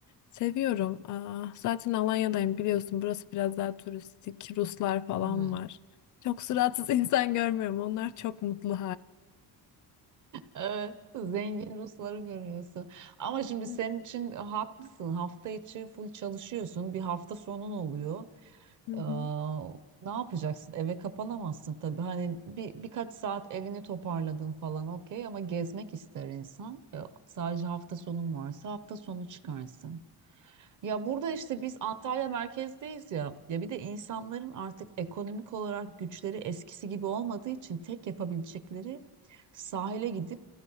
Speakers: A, on the left (about 50°); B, on the right (about 50°).
A: seviyorum. Aa, zaten Alanya'dayım biliyorsun burası biraz daha turistik, Ruslar falan
B: Evet.
A: var. Çok suratsız <laughs> insan görmüyorum. Onlar çok mutlu
B: Evet, zengin Rusları görüyorsun. Ama şimdi
A: Hı
B: senin için haklısın. Hafta içi full çalışıyorsun. Bir hafta sonun oluyor.
A: hı.
B: Ee, ne yapacaksın? Eve kapanamazsın tabii. Hani bir birkaç saat evini toparladın falan okey ama gezmek ister insan. Ee, sadece hafta sonun varsa hafta sonu çıkarsın. Ya burada işte biz Antalya merkezdeyiz ya. Ya bir de insanların artık ekonomik olarak güçleri eskisi gibi olmadığı için tek yapabilecekleri sahile gidip